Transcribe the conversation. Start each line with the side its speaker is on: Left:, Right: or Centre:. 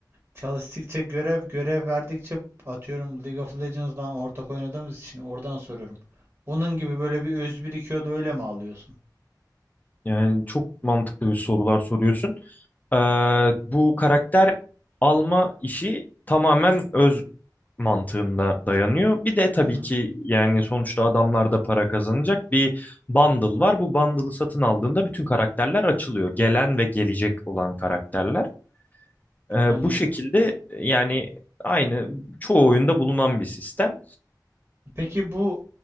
Right: çalıştıkça görev görev verdikçe atıyorum League of Legends'dan ortak oynadığımız için oradan soruyorum. Onun gibi böyle bir öz birikiyor da öyle mi alıyorsun?
Left: Yani çok mantıklı bir sorular soruyorsun. Ee, bu karakter alma işi tamamen öz mantığında dayanıyor. Bir de tabii
Right: Hı hı,
Left: ki yani sonuçta adamlar da para kazanacak bir bundle var. Bu bundle'ı satın aldığında bütün karakterler açılıyor. Gelen ve gelecek olan karakterler. Ee,
Right: anladım.
Left: bu şekilde yani aynı çoğu oyunda bulunan bir sistem.
Right: Peki bu